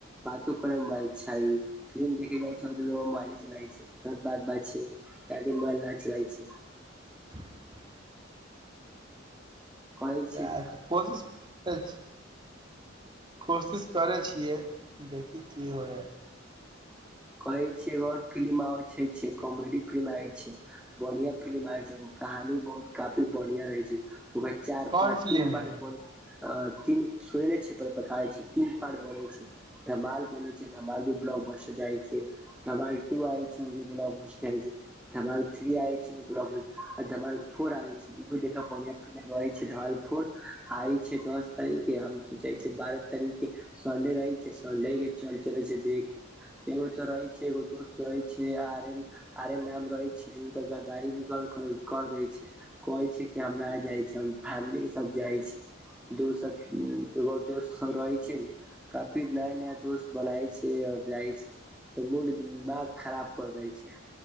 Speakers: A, in the centre; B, on the right (about 25°).
A: बातो करे म मोबाइल चाही फिल्म देखेइ जाए छै <unintelligible> ओतेदे मोबाइले चलाइ छै <unintelligible> बात बात छै <unintelligible> मोबाइल चलाई छै
B: <inaudible>
A: कहै
B: <unintelligible> कएके
A: छै
B: कोशिश करे छी कोशिश करै छियै देखही की होय है
A: कहै छी एगेओर फिलिम आबै छै छै कॉमेडी फिल्म आबै छै बढ़िया फिल्म आइल छै <unintelligible> कहानी बहुत काफी बढ़िया रहै छै ओकरा चार
B: कोन
A: पार्ट
B: फिलिम
A: तीन पार्ट
B: है
A: म बनए अ तीन सुनने छी पहले बताबै छी तीन पार्ट बनल छै धमाल बनै छै धमाल भी ब्लॉकबस्टर जाइ छै <unintelligible> तें धमाल टू आएल छै ऊभी बलाक्बस्टर धमाल थ्री आइ छै उ <unintelligible> धमाल फोर <inaudible> छै उभी देखब बनिया फिल्म रहे छै धमाल फोर आइ छै दस तारीख हम सोचै छै बारह तारीख के सन्डे रहै छै सन्डे के चल चले छै देखे एगो तऽ रहै छै एगो दोस्त रहै छै आर्यन आर्यन नाम रहै छै उत गद्दारी निकल कर दै छै कहै छै कि हम ना जाइ छी हम फैमिली के साथ जाइ छी दोसर ऊ एगो ओर दोस सब रहै छै न काफी नया नया दोस्त बनाय छै और जाइ छै तऽ मूड दिमाग खराब कर देइ छै